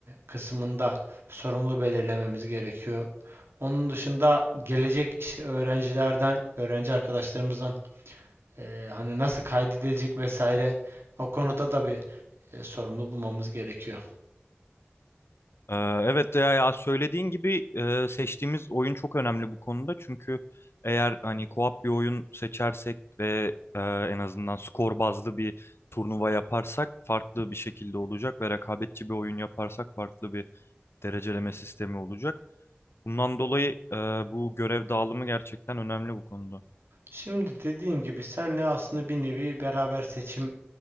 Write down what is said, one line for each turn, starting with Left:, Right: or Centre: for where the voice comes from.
Right: kısmında sorumlu belirlememiz gerekiyor. Onun dışında gelecek işte öğrencilerden, öğrenci arkadaşlarımızdan e, hani nasıl kaydedilecek vesaire o konuda da bir e, sorumlu bulmamız gerekiyor.
Left: Ee, evet ya, ya söylediğin gibi e, seçtiğimiz oyun çok önemli bu konuda. Çünkü eğer hani co-op bir oyun seçersek ve e, en azından skor bazlı bir turnuva yaparsak farklı bir şekilde olacak ve rekabetçi bir oyun yaparsak farklı bir dereceleme sistemi olacak. Bundan dolayı e, bu görev dağılımı gerçekten önemli bu konuda.
Right: Şimdi dediğim gibi senle aslında bir nevi beraber seçim